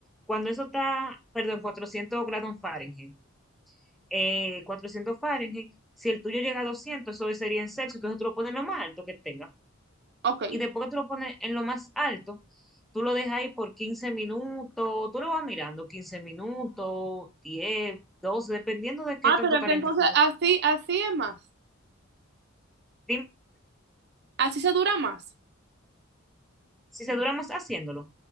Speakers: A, in the centre; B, on the right.
A: cuando eso está, perdón, 400 grados Fahrenheit, eh, 400 Fahrenheit, si el tuyo llega a 200 eso sería en Celsius, entonces tú lo pones lo más alto que tenga
B: Ok.
A: y después que tú lo pones en lo más alto, tú lo dejas ahí por 15 minutos, tú lo vas mirando 15 minutos, 10 12 dependiendo de qué
B: Ah,
A: tanto
B: pero es
A: caliente
B: que entonces
A: tú ves.
B: así, así es más.
A: Dime
B: Así se dura más.
A: si se dura más haciéndolo.